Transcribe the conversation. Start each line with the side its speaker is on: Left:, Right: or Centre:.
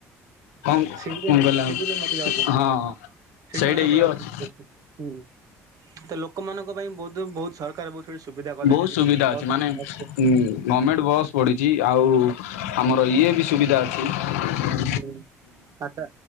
Left: କଣ
Right: ସିଡିରେ
Left: କଣ କହିଲା
Right: ମୁଁ ସିଡ଼ିରେ ମତେ ଯାଉଛନ୍ତି
Left: ହଁ।
Right: ସିଡି
Left: ସେଇଟା
Right: ମଧ୍ୟ ଉପରେ
Left: ଇଏ
Right: ଆ
Left: ଅଛି
Right: ହୁଁ ତ ଲୋକମାନଙ୍କ ପାଇଁ ବୋଧ ହୁଏ ବହୁତ ସର <unintelligible> ମୋର ଫେରେ ସୁବିଧା କଲେଣି
Left: ବହୁତ
Right: ଯେମିତି
Left: ସୁବିଧା
Right: ବସ୍
Left: ଅଛି, ମାନେ ହୁଁ ଗଭର୍ଣ୍ଣମେଣ୍ଟ ବସ୍ ପଢ଼ିଛି, ଆଉ ଆମର ଇଏ ବି ସୁବିଧା ଅଛି।
Right: ହୁଁ ଆଛା